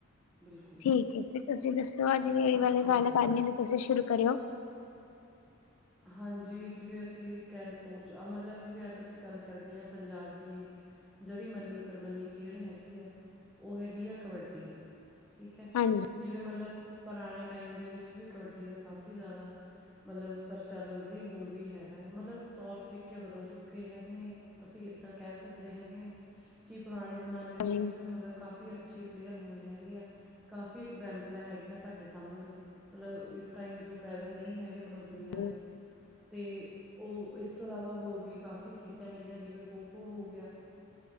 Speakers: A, in the centre; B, on the left (about 85°).
A: ਬਿਲਕੁਲ ਨੀ
B: ਠੀਕ ਐ ਫਰ ਤੁਸੀਂ ਦੱਸਓ ਅੱਜ ਏ ਵਾਲੀ
A: ਹਾਂਜੀ
B: ਗੱਲ ਕਰਨੀ ਜੇ ਤੁਸੀਂ ਸ਼ੁਰੂ ਕਰਓ।
A: ਹਾਂਜੀ, ਜਿਵੇਂ ਅਸੀਂ ਕੈ ਸੋਚ ਮਤਲਬ ਜਿਵੇਂ ਅੱਜ ਅਸੀਂ ਗੱਲ ਕਰਦੇ ਆਂ ਪੰਜਾਬ ਦੀ ਜੇੜੀ ਮੰਨੀ-ਪ੍ਰਮੰਨੀ ਖੇਡ ਹੈਗੀ ਐ ਓ ਹੈਗੀ ਐ ਕਬੱਡੀ। ਠੀਕ ਐ,
B: ਹਾਂਜੀ
A: ਜਿਵੇਂ ਮਤਲਬ ਪੁਰਾਣੇ ਟਾਈਮ ਦੇ ਵਿੱਚ ਵੀ ਕਬੱਡੀ ਦਾ ਕਾਫੀ ਜਾਦਾ ਮਤਲਬ- ਪ੍ਰਚਲਨ ਸੀ, ਹੁਣ ਵੀ ਹੈਗਾ ਹੈ ਮਤਲਬ ਤੌਰ ਤਰੀਕੇ ਬਦਲ ਚੁੱਕੇ ਹੈਗੇ ਨੇ। ਅਸੀਂ ਏਦਾਂ ਕੈ ਸਕਦੇ ਹੈਗੇ ਹਾਂ ਕਿ ਪੁਰਾਣੇ ਜ਼ਮਾਨੇ ਦੇ
B: ਹਾਂਜੀ
A: ਵਿੱਚ ਵੀ ਮਤਲਬ ਕਾਫ਼ੀ ਅੱਛੇ ਪਲੇਅਰ ਹੋਏ ਹੈਗੇ ਆ ਕਾਫੀ ਐਗਜੈਂਪਲਾਂ ਹੈਗੀਆਂ ਸਾਡੇ ਸਾਮਣੇ। ਮਤਲਬ, ਇਸ ਟਾਈਮ ਜੋ ਪ੍ਰੈਜੈਂਟ ਨਈ ਹੈਗੇ ਮਤਲਬ ਦੁਨੀਆਂ
B: ਹਾਂਜੀ
A: ਤੇ ਓ ਇਸ ਤੋਂ ਇਲਾਵਾ ਹੋਰ ਵੀ ਕਾਫੀ ਖੇਡਾਂ ਹੈਗੀਆਂ ਜਿਵੇਂ ਖੋ ਖੋ ਹੋ ਗਿਆ।